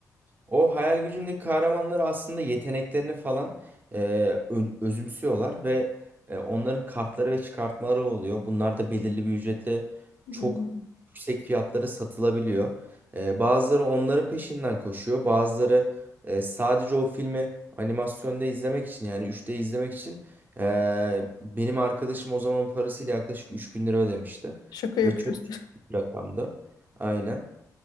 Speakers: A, on the right; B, on the left.
A: O hayal gücündeki kahramanlar aslında yeteneklerini falan e, ön- özümsüyorlar ve e, onların kartları ve çıkartmaları oluyor. Bunlar da belirli bir ücretle
B: Hmm,
A: çok yüksek fiyatlara satılabiliyor. E, bazıları onların peşinden koşuyor. Bazıları e, sadece o filmi animasyonda izlemek için yani 3D izlemek için e, benim arkadaşım o zamanın parasıyla yaklaşık 3000 lira ödemişti.
B: Şaka yapıyorsun.
A: Ve çok ciddi
B: <laughs>
A: bir rakamdı. Aynen.